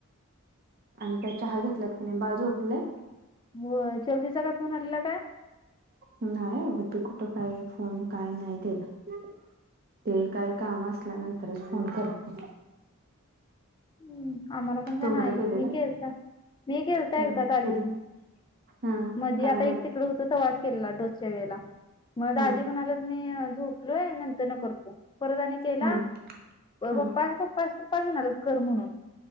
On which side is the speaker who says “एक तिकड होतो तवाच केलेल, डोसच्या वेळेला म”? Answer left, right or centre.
Left